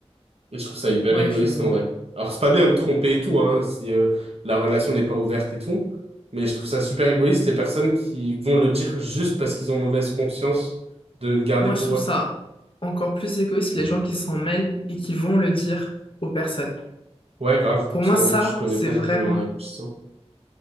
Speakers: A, on the right (about 65°); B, on the left (about 50°).
A: Et je trouve ça hyper
B: Ouais,
A: égoïste
B: je vois.
A: en vrai. Alors, c'est pas bien de tromper et tout, hein, si euh, la relation n'est pas ouverte et tout, mais je trouve ça super égoïste les personnes qui vont le dire juste parce qu'ils ont mauvaise conscience de le garder
B: Moi,
A: pour
B: je trouve
A: eux.
B: ça encore plus égoïste, les gens qui s'en mêlent et qui vont le dire aux personnes.
A: Ouais, grave,
B: Pour
A: parce
B: moi,
A: qu'en
B: ça,
A: vrai, je connais
B: c'est
A: pas
B: vraiment,
A: les tenants et aboutissants.